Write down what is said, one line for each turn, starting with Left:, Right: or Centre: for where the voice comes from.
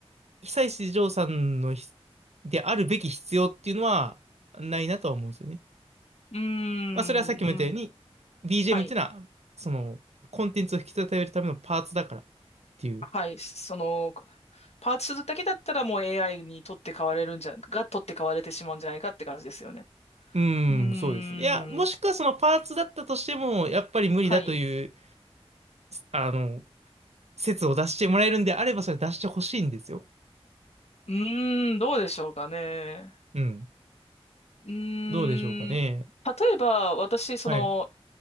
Right: 久石譲さんのひ、であるべき必要っていうのはないなとは思うんですよね。
Left: うーん、
Right: まあ、それはさっきも言ったように、
Left: うん
Right: BGM
Left: はい。
Right: っていうのは、その、コンテンツを引き立てるためのパーツだからっていう。
Left: はい。その、パーツするだけだったらもう AI に取って代われるんじゃ、が取って代われてしまうんじゃないかって感じですよね。
Right: うーん、
Left: うー
Right: そうですね。
Left: ん、
Right: いや、もしくはそのパーツだったとしても、やっぱり無理だという、
Left: はい。
Right: あの、説を出してもらえるんであれば、それ出してほしいんですよ。
Left: うーん、どうでしょうかね。
Right: うん。
Left: うーん、
Right: どうでしょうかね。
Left: 例えば私、その、
Right: はい。